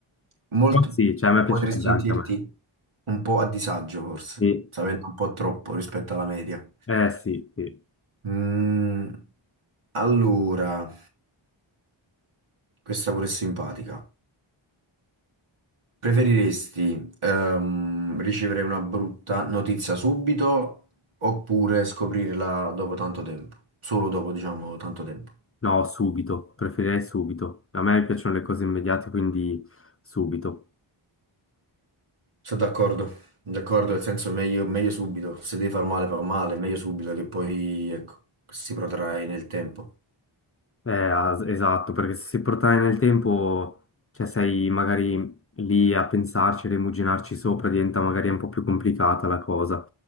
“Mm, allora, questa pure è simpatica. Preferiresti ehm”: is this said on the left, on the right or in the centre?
Right